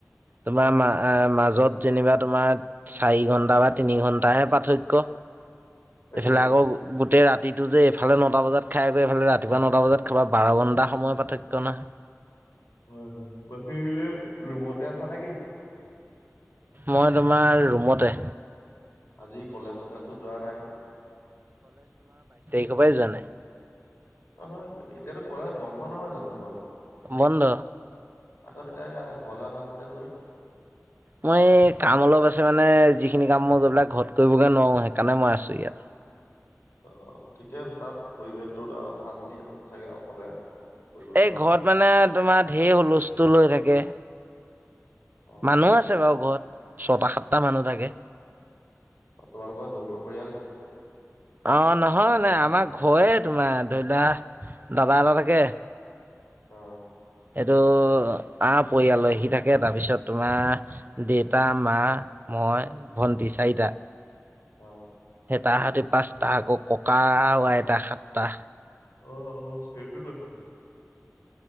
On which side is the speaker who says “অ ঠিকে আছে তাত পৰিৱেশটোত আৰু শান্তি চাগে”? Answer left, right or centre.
Left